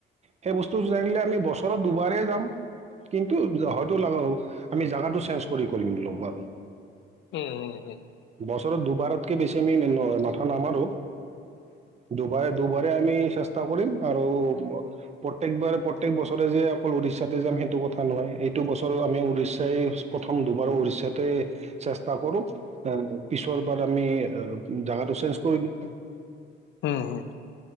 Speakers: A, on the right; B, on the left.
A: সেই বস্তু জানিলে আমি বছৰত দুবাৰেই যাম, কিন্তু হয়তো আমি জেগাটো চেঞ্জ কৰি কৰিম ল'ম আৰু।
B: উম উম হম।
A: বছৰত দুবাৰতকে বেছি আমি কথা নামাৰো দুবাৰে দুবাৰে আমি চেষ্টা কৰিম। আৰু প্ৰত্যেকবাৰ প্ৰত্যয়েক বছৰে যে অকল উৰিষ্যাতে যাম সেইটো কথা নহয়, এইটো বছৰ আমি উৰিস <inaudible> প্ৰথম দুবাৰ উৰিষাতে চেষ্টা কৰো পিছৰবাৰ আমি। জোগাটো চেঞ্জ কৰি দি
B: হম হম।